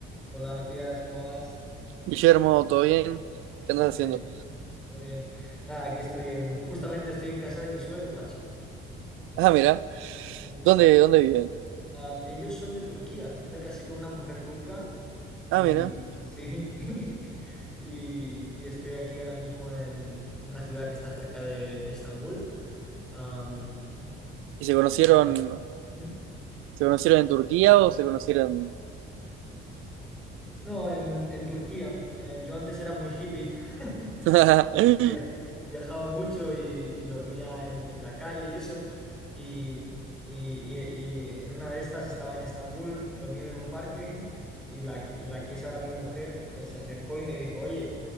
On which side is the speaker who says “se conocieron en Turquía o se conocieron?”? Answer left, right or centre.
Right